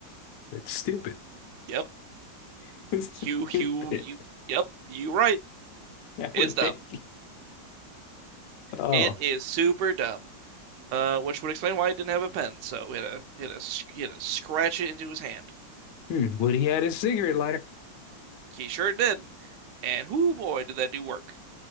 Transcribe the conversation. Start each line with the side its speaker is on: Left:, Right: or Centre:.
Left: It's stupid.
Right: Yep.
Left: <laughs> It's stupid.
Right: You, you, you. Yep. You right.
Left: That
Right: It's
Left: would
Right: dumb.
Left: make you. Oh,
Right: It is super dumb. Uh, which would explain why he didn't have a pen. So he had a he had a he had to scratch it into his hand.
Left: hmm. Would he had his cigarette lighter?
Right: He sure did. And whoo boy, did that do work.